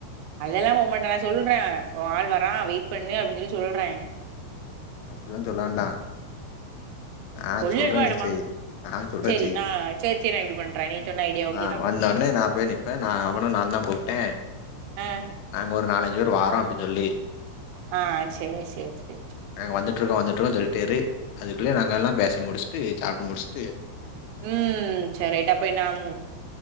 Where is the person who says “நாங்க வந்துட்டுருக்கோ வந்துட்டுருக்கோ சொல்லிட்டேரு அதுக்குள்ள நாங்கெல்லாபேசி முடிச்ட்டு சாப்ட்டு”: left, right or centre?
Left